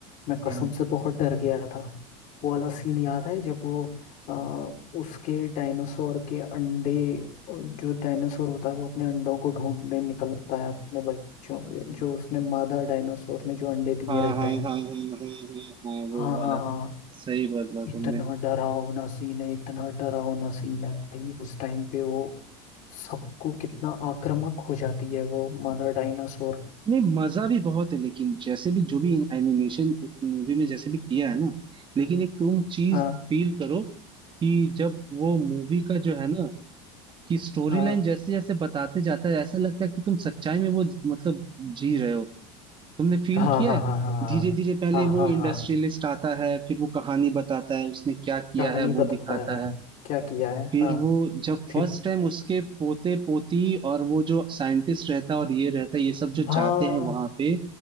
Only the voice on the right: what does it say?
हम्म
हाँ
हाँ
हाँ हाँ हाँ हाँ हाँ वो
वाला
सही बोला
तुमने
नहीं मजा भी बहुत है लेकिन जैसे भी जो भी एनिमेशन उस मूवी में जैसे भी किया है ना लेकिन एक तुम चीज
फील करो कि जब वो मूवी का जो है ना कि स्टोरी
लाइन जैसे जैसे बताते जाता है ऐसा लगता है कि तुम सच्चाई में वो ज- मतलब जी रहे हो तुमने फील
किया
है
धीरे धीरे पहले
वो
इंडस्ट्रियलिस्ट
आता है फिर वो कहानी बताता है उसने क्या किया
है वो
दिखाता
है
फिर
वो जब
फर्स्ट टाइम उसके पोते पोती और वो जो साइंटिस्ट रहता है और ये रहता है ये सब जो
जाते हैं वहां पे